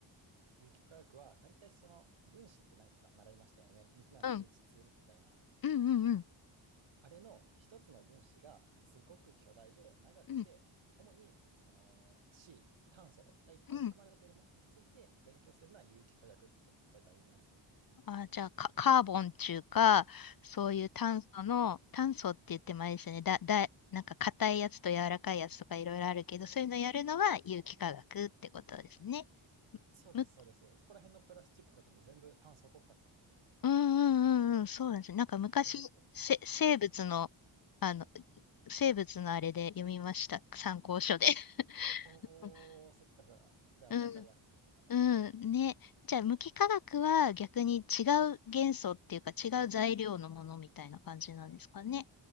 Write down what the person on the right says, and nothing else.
有機化学は、大体その分子ってなんか習いましたよね。水なら
h 2みたいな。
あれの一つの分子がすごく巨大で長くて、
主にその C、炭素がいっぱい含まれているものについて勉強するのは有機化学って大体言いますね。
はい。
そうです、
そうです。そこら辺のプラスチックとかも全部炭素骨格なんで、
へえって思ってましたんで。
おー、
そっかそっか。では分かりやすくてよかったです。